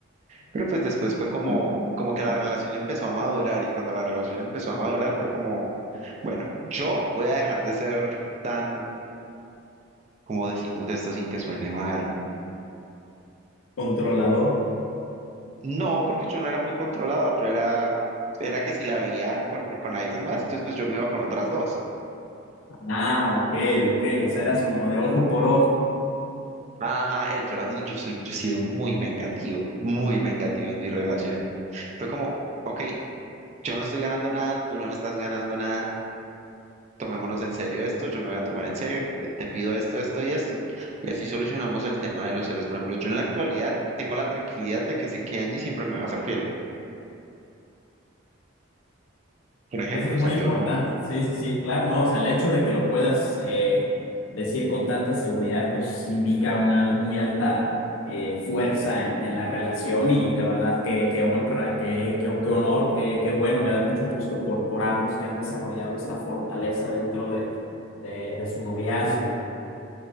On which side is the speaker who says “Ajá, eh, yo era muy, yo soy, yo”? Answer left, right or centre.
Right